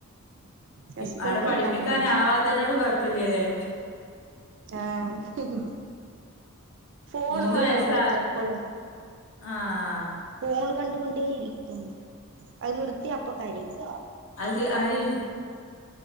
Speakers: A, on the right; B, on the left.
A: ഹസ്ബൻഡ്
B: ഇ അടെ പഠിപ്പിക്കാനാവാത്തേനോട്
A: നാട്ടിലുണ്ടാ
B: കൊ പ്പില്ലല്ലേ
A: ആ ഹ് ഹ് ഫോൺ
B: മൂന്ന്
A: വേണാ
B: വയസ്സ
A: അവൾക്ക്പ്പളും
B: ആഹ്
A: ഫോൺ ക കൊണ്ടേയിരിക്കുന്നു അത് നിർത്തിയ അപ്പൊ കരയും
B: അയി